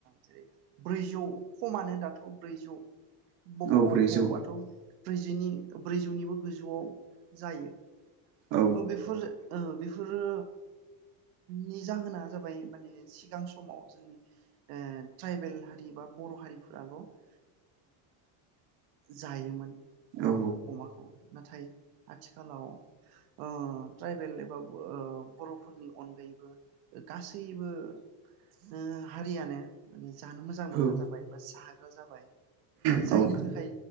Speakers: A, on the right; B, on the right.
A: जेरै ब्रैजौ खमानो दाथ' ब्रैजौ बबाव
B: औ
A: बबावबाथ'
B: ब्रैजौ
A: ब्रैजिनि ब्रैजौनिबो गोजौआव जायो
B: औ
A: ओ बेफोर ओ बेफोरो नि जाहोना जाबाय माने सिगां समाव जोंनि ओ ट्राइबेल हारि बा बर' हारिफोराल' ओ जायोमोन अमा
B: औ
A: अमाखौ नाथाय आथिखालाव ओ ट्राइबेल एबा ओ बरफोरनि अनगायैबो गासैबो ओ हारियानो माने जानो मोजां
B: औ
A: मोनगोन
B: औ
A: जाबाय बा जा ग्रा जाबाय
B: नोंथां
A: जायनि थाखाय